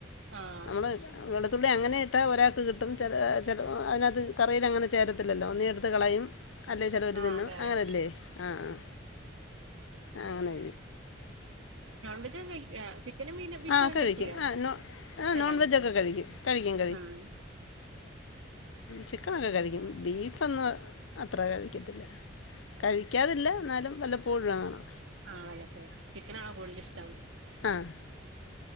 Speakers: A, on the right (about 80°); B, on the left (about 85°).
A: ആഹ്
B: നമ്മള് വെളുത്തുള്ളി അങ്ങനെ ഇട്ടാൽ ഒരാൾക്ക് കിട്ടും ചെല ചെല അതിനകത്ത് കറിയിയലങ്ങനെ ചേരത്തില്ലല്ലോ ഒന്നീ ഇട്ത്ത് കളയും അല്ലേ ചെലോര്
A: ആഹ്
B: തിന്നും
A: അതെ അതെ
B: അങ്ങനെയല്ലേ ആഹ് ആഹ് അങ്ങനെ
A: നോൺവെജ് കഴിക്കോ ചി പിന്നെ മീനോ ബീഫോക്കെ
B: ആ കഴിക്കും
A: കഴിക്കൂലേ
B: ആ നോ ആ
A: എല്ലാം
B: നോൺ
A: കഴിക്കും
B: വെജൊക്കെ കഴിക്കും
A: ആഹ്
B: ചിക്കൻ നല്ലോം കഴിക്കും ബീഫൊന്നും അത്ര കഴിക്കത്തില്ല കഴിക്കാതില്ല എന്നാലും വല്ലപ്പോഴും ആണ്
A: ആഹ് വല്ലപ്പോഴേ ചിക്കൻ ആണോ കൂടുതൽ ഇഷ്ടം
B: ആഹ്